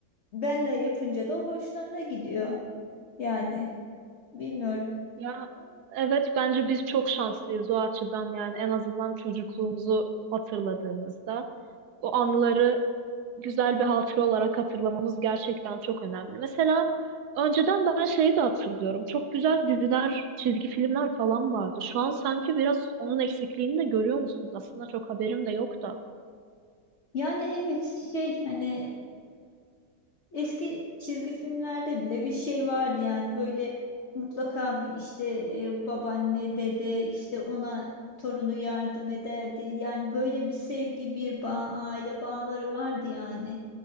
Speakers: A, on the left (about 45°); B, on the right (about 80°).
A: ben de yapınca da hoşlarına gidiyor. Yani bilmiyorum.
B: Ya evet bence biz çok şanslıyız o açıdan yani en azından çocukluğumuzu hatırladığımızda o anıları güzel bir hatıra olarak hatırlamamız gerçekten çok önemli. Mesela önceden ben şeyi de hatırlıyorum. Çok güzel diziler, çizgi filmler falan vardı. Şu an sanki biraz onun eksikliğini de görüyor musunuz? Aslında çok haberim de yok da.
A: Yani evet şey hani Eski çizgi filmlerde bile bir şey vardı yani böyle mutlaka bir işte e, babaanne, dede işte ona torunu yardım ederdi. Yani böyle bir sevgi, bir bağ, aile bağları vardı yani.